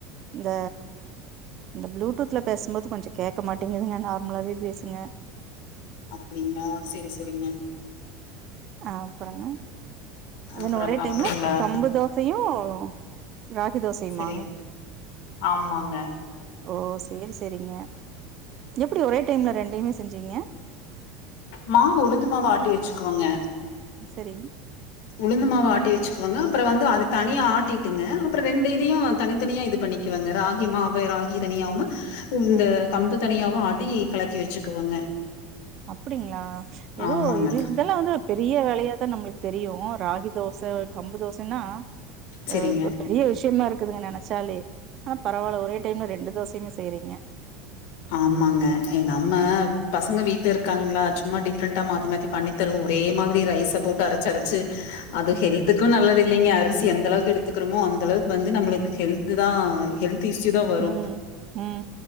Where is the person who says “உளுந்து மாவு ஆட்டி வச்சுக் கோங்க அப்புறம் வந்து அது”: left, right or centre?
Left